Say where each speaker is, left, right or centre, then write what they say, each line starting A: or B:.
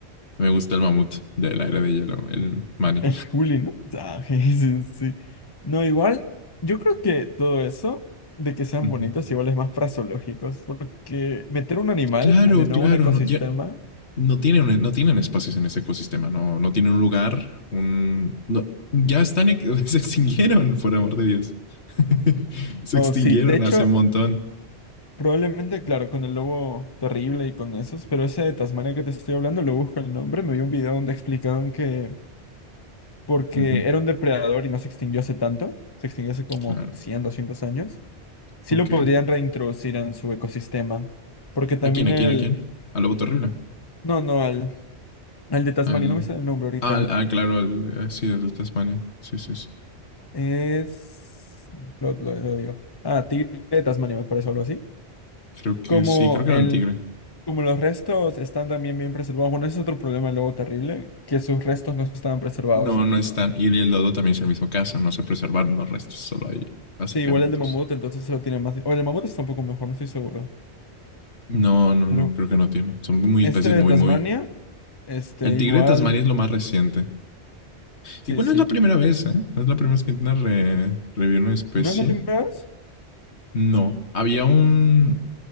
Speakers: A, on the left; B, on the left.
A: Me gusta el mamut de la era de hielo, el
B: <laughs>
A: Manny.
B: El Juli, ¿no? Ah, <laughs> je, sí, sí. No, igual, yo creo que todo eso de que sean
A: Uh-huh.
B: bonitos igual es más fraseológicos, porque meter un animal
A: Claro,
B: a de nuevo
A: claro,
B: un ecosistema,
A: no, ya, no tienen, no tienen espacios en ese ecosistema, no, no tienen un lugar, un... No, ya están, <laughs> se extinguieron, por amor de Dios. <laughs> se
B: o
A: extinguieron
B: sí, de hecho,
A: hace un montón.
B: probablemente, claro, con el lobo terrible y con esos, pero ese de Tasmania que te estoy hablando, lo busco el nombre, me vi un video donde explicaban que porque
A: Uh -huh,
B: era un depredador y no se extinguió hace tanto, se extinguió hace como
A: claro,
B: 100, 200 años. Sí
A: ok.
B: lo podrían reintroducir en su ecosistema. Porque también
A: ¿A quién, a
B: el...
A: quién, a quién? Al lobo terrible.
B: No, no, al, al de Tasmania,
A: Al...
B: no me sale el nombre ahorita.
A: Al, ah, claro, al, eh, sí, al Tasmania. Sí, sí, sí.
B: Es... Lo, lo- lo digo. Ah, tigre de Tasmania, me parece algo así.
A: Creo que
B: Como
A: sí, creo que
B: el...
A: era un tigre.
B: Como los restos están también bien preservados. Bueno, ese es otro problema luego terrible, que sus restos no estaban preservados.
A: No, no están. Y el dodo también es el mismo caso. No se preservaron los restos, solo hay acercamientos.
B: Sí, igual el de mamut, entonces se lo tiene más... de- O el de mamut está un poco mejor, no estoy seguro.
A: No, no,
B: Pero
A: no, creo que no tienen. Son muy
B: este
A: especies
B: de
A: muy,
B: Tasmania,
A: muy
B: este
A: El Tigre
B: igual...
A: de Tasmania es lo más reciente.
B: Sí,
A: Igual
B: sí.
A: no es la primera vez, ¿eh? No es la primera vez que intentan re- revivir una especie.
B: ¿No es la primera vez?
A: No. Había un